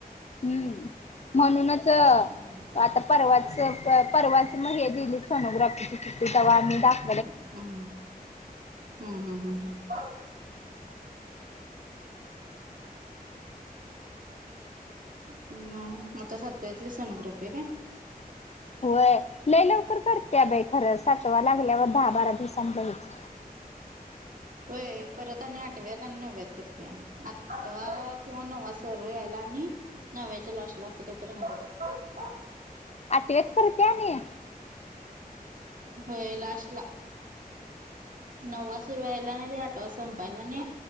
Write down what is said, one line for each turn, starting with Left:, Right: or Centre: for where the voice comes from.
Left: हम्म म्हणूनच आता
Right: हम्म
Left: परवाच परवाच मग हे दिली, सोनोग्राफी केली होती, तेव्हा आम्ही दाखवली होती.
Right: हम् हम्म हम्म हम् हम्म हम्, हम्म, आता सातव्यातील सोनोग्राफी आहे का?
Left: होय लय लवकर करते बाई खरं सातवा लागल्यावर दहा बारा दिवसांने लगेच,
Right: होय परत आणि आठव्यात आणि नव्यात करत्या आठवा किंवा नववा सरू यायला आणि नवव्याचा लास्ट ला असे काहीतरी आहे म्हणत्यात,
Left: आठव्यात करत्या आणि,
Right: व्हय लास्ट ला, नववा सुरू व्हायला आणि ते आठवा संपायला आणि